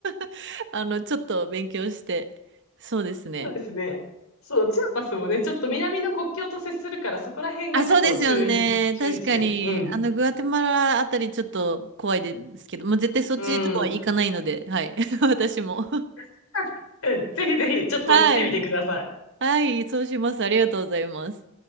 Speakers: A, on the right (about 55°); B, on the left (about 65°).
A: <laughs> あの、ちょっと勉強して。そうですね。
B: <laughs> そうですね。そう、チアパスもね、ちょっと南の国境と接するから、そこら辺がちょっと注意、
A: あ、そうですよね。
B: 注意地点。
A: 確かに、
B: うん。
A: あの、グアテマラあたりちょっと怖いですけど、もう絶対そっちとかは行かないので、
B: うん。
A: はい、<laughs> 私も。
B: <laughs> うん。ぜひぜひ、
A: <laughs>
B: ちょっと来てみてください。
A: はい。はい、そうします。ありがとうございます。